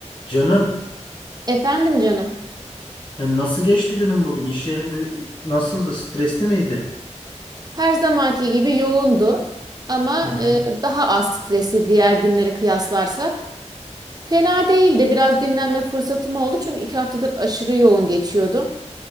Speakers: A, on the left (about 40°); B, on the right (about 35°).
A: Canım,
B: Efendim canım.
A: yani nasıl geçti günün bugün? İş yerinde nasıldı? Stresli miydi?
B: Her zamanki gibi yoğundu ama
A: Hı hı.
B: e, daha az stresi diğer günlere kıyaslarsak. Fena değildi. Biraz dinlenme fırsatım oldu çünkü iki haftadır aşırı yoğun geçiyordum.